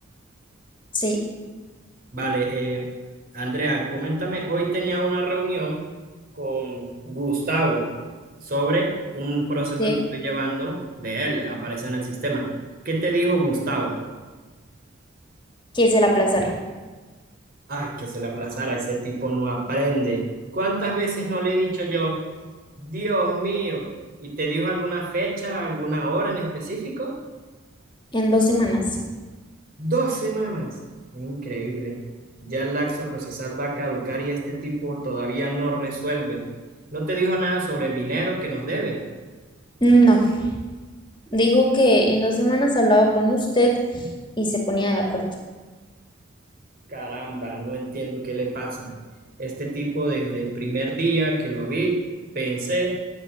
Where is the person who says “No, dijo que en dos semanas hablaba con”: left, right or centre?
Left